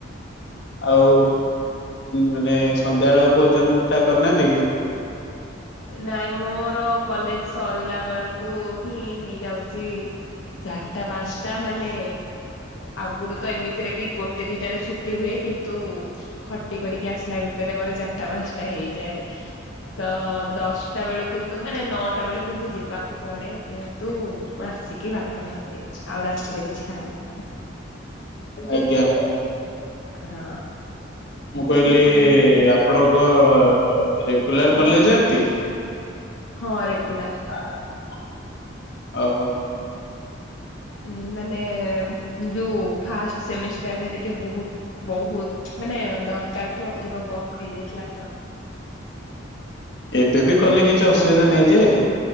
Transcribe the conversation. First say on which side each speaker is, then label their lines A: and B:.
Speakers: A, on the left; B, on the left.
A: ଆଉ ମାନେ ସନ୍ଧ୍ୟାବେଳ ଭୋଜନ ଟା କରିନାହାନ୍ତି କି?
B: ନାଇଁ ମୋର କଲେଜ ସରିଲା ବେଳକୁ ହିଁ ହେଇଯାଉଛି ଚାରିଟା ପାଞ୍ଚଟା ମାନେ ଆଗରୁ ତ ଏମିତିରେ ବି ଗୋଟେ ଦିଟାରେ ଛୁଟି ହୁଏ କିନ୍ତୁ ଖଟି କରିକି ଆସିଲା ଭିତରେ ମୋର ଚାରିଟା ପାଞ୍ଚଟା ହେଇଯାଏ ତ ଦଶଟା ବେଳୁ କିନ୍ତୁ ମାନେ ନଅଟା ବେଳୁ କିନ୍ତୁ ଯିବାକୁ ପଡେ ଯେହେତୁ ମୁଁ ଆସି କି ଭାତ ଖାଇ ଦେଇଚି ଆଉ ରାତିରେ କିଛି ଖାଏ ନାଇଁ।
A: ଆଜ୍ଞା।
B: ହଁ।
A: ମୁଁ କହିଲି ଆପଣଙ୍କ ରେଗୁଲାର କଲେଜ ଯାଆନ୍ତି?
B: ହଁ ରେଗୁଲାର।
A: ଅହ।
B: ଉଁ ମାନେ ଯୋଉ ଫାଷ୍ଟ ସେମିଷ୍ଟାରରେ ଟିକେ ବହୁତ ବହୁତ ମାନେ ଦରକାର ଠୁ ଅଧିକ ବଙ୍କ୍ ହେଇଯାଇଥିଲା ତ।
A: ଏବେ ବି କଲେ କିଛି ଅସୁବିଧା ନାଇଁ ଯେ।